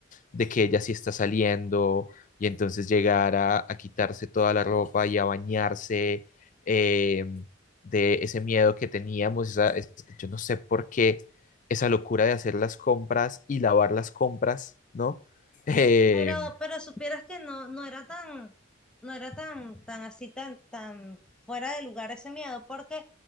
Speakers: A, on the left (about 40°); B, in the centre.
A: de que ella sí está saliendo y entonces llegar a, a quitarse toda la ropa y a bañarse, eh, de ese miedo que teníamos, esa- es- yo no sé por qué esa locura de hacer las compras y lavar las compras, ¿no? <laughs> Eh,
B: Pero, pero supieras que no, no era tan, no era tan, tan así, tan, tan fuera de lugar ese miedo, porque